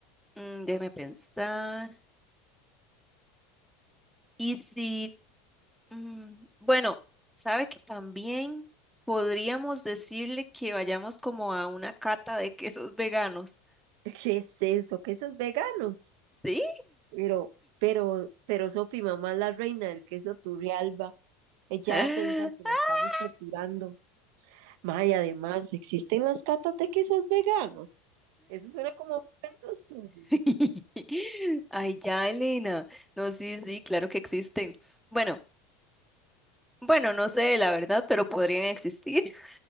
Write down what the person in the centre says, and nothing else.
mm, déjeme pensar. Y si, mm, bueno, sabe que también podríamos decirle que vayamos como a una cata de quesos veganos.
Sí.
<laughs>
<laughs> Ay, ya, Elena. No, sí, sí, claro que existen. Bueno, bueno, no sé la verdad, pero podrían existir. <laughs>